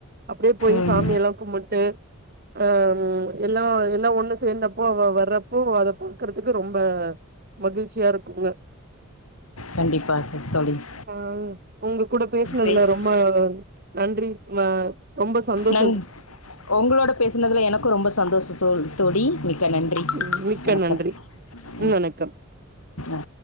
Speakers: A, on the right (about 45°); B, on the left (about 85°).
A: அப்டியே போய்ஸ்
B: ம்
A: சாமியெல்லா கும்புட்டு அஹ் ம் எல்லா எல்லா ஒண்ணு சேர்ந்தப்போ அவ வர்றப்போ அத பாக்குறதுக்கு ரொம்ப மகிழ்ச்சியா இருக்குங்க
B: கண்டிப்பாக சார் தொழில்
A: ஆஹ் உங்க கூட பேசினதுல
B: பேசு
A: ரொம்ப நன்றி வா ரொம்ப சந்தோஷ்
B: னங் உங்களோட பேசினதுல எனக்கூ ரொம்ப சந்தோஷோ சோ தோழி மிக்கநன்றி
A: ம் மிக்க
B: வணக்கம்
A: நன்றி ம் வணக்கம்
B: ஆ